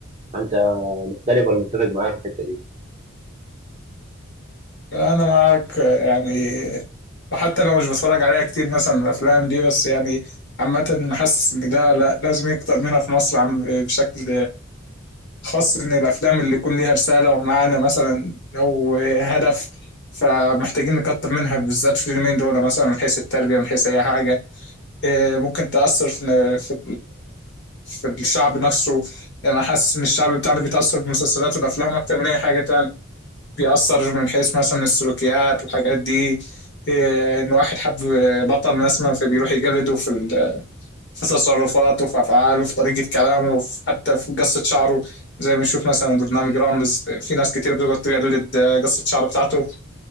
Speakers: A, on the right; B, on the left.
A: انت مختلف ولا متفق معايا في الحته دي
B: أنا معاك آه، يعني وحتى لو مش بتفرج عليها كتير مثلا الأفلام دي بس يعني عامة حاسس إن ده لا لازم يكتر منها في مصر عم بشكل خاص إن الأفلام اللي يكون ليها رسالة ومعنى مثلا أو هدف فمحتاجين نكتر منها بالذات في اليومين دول مثلا من حيث التربية من حيث أي حاجة إيه، ممكن تأثر في في في الشعب نفسه يعني أنا حاسس إن الشعب بتاعنا بيتأثر بالمسلسلات والأفلام أكتر من أي حاجة تاني بيأثر من حيث مثلا السلوكيات والحاجات دي إيه، إن واحد حب بطل مثلا فبيروح يجلده في ال- في تصرفاته في أفعاله في طريقة كلامه في حتى في قصة شعره زي ما نشوف مثلا برنامج رامز في ناس كتير بتقعد تجلد قصة شعر بتاعته